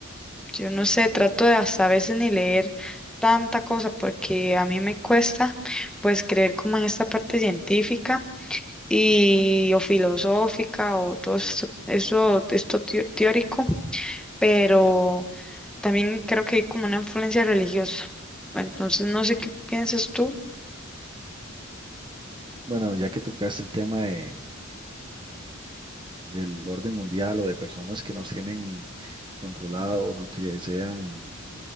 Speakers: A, in the centre; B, on the right (about 20°).
A: yo no sé, trato de hasta a veces ni leer tanta cosa porque a mí me cuesta, pues, creer como en esta parte científica. y o filosófica o todo esto, eso, esto teo- teórico, pero también creo que hay como una influencia religiosa. Entonces, no sé qué piensas tú.
B: Bueno, ya que tocaste el tema de, del orden mundial o de personas que nos tienen controlados o que sean,